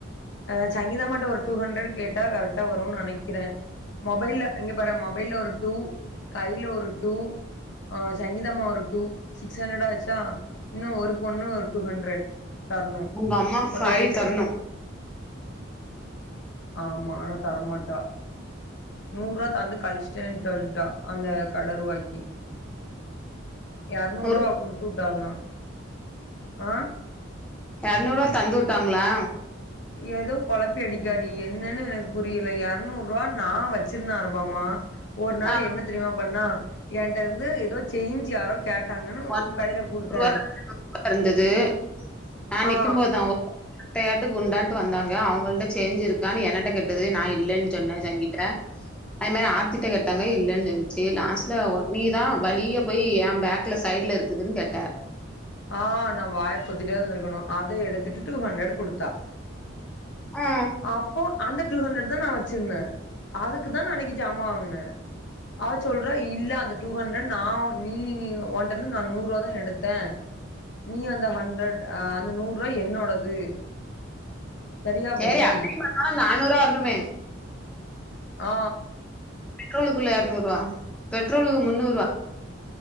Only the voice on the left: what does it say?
அ சங்கிதமாட்ட ஒரு டூ ஹண்ட்ரட் கேட்டா கரெக்ட் டா வருன்னு நெனைக்கிறே மொபைல்ல இங்க பாற மொபைல்ல ஒரு டூ கையில ஒரு டூ ஆ சங்கீதம்மா ஒரு டூ சிக்ஸ் ஹண்ட்ரடாச்சா இன்னு ஒரு பொண்ணு ஒரு டூ ஹண்ட்ரட் தரணு
மொத்த எயிட்
ஆமா ஆனா தரமாட்டா நூரூவா தந்து கழிச்சிட்டே சொல்ட்டா அந்த கடரூவாய்க்கி எரநூரூவா
குடுத்து விட்டாள்னா ஆ
ஏதோ கொழப்பி அடிக்காடி என்னன்னு எனக்கு புரியல எரநூரூபா நா வச்சிருந்தே அரபாமா ஒரு நாள்
என்ன தெரியுமா பண்ணா என்கிட்ட இருந்து ஏதோ சேஞ்சு யாரோ கேட்டாங்கன்னு
கையில
குடுத்தே
ஆ
ஆ நா வாய பொத்திட்டே இருந்திருக்கணு அத எடுத்துட்டு டூ ஹண்ட்ரட் குடுத்தா
அப்போ அந்த டூ ஹண்ட்ரட் தா நா வச்சிருந்தே அதுக்கு தா நா அன்னைக்கு ஜாமா வாங்குனே அவ சொல்றா இல்ல அந்த டூ ஹண்ட்ரட் நா நீ நீ ஓண்ட இருந்து நா நூரூவா தா எடுத்தே நீ அந்த ஹண்ட்ரட் ஆ அந்த நூரூவா என்னோடது சரியா
போச்சு
ஆ